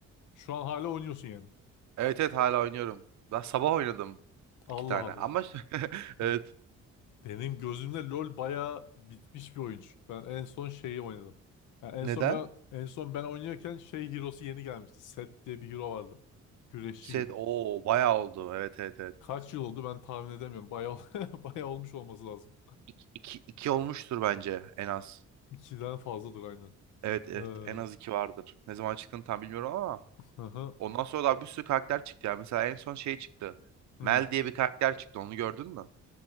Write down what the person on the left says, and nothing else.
Şu an hala oynuyorsun yani.
Allah
Allah.
Hı. Benim gözümde LoL bayağı bitmiş bir oyun. çünkü. Ben en son şeyi oynadım. Yani en
son ben en son ben oynarken şey hero'su yeni gelmişti. Set diye bir hero vardı. Güreşçi
gibi.
Kaç yıl oldu ben tahmin edemiyorum. Bayağı <laughs> bayağı olmuş olması lazım.
İkiden fazladır aynen.
Ee,
hı hı.
Hı.